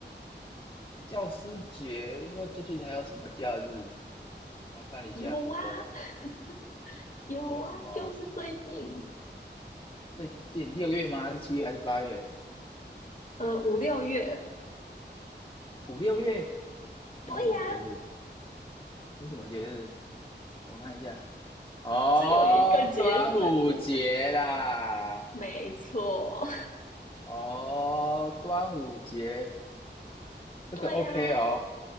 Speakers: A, on the left; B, on the left.
A: 教师节，我最近还有什么假日？我看一下
B: 有啊，
A: Google
B: <laughs> 有啊，
A: 有什么。
B: 就是最近，
A: 最近六月吗？还是七月还是八月？
B: 呃，五六月，
A: 五六月？
B: 对呀、
A: 还有什么节日？有什么节日？我看一下。哦，
B: <laughs> 只有一个节日，
A: 端午节啦！
B: <laughs> 没错，
A: 哦，端午节这个
B: <laughs> 对呀、
A: OK 哦，